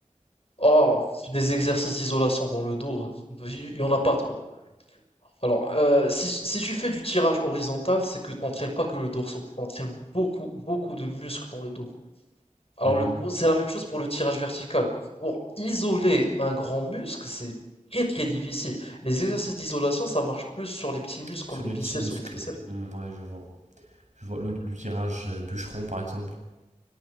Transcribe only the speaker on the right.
Mhm.
Sur
les
petits muscles.
Hmm, ouais, je vois. Je vois le, le tirage euh, bûcheron, par exemple.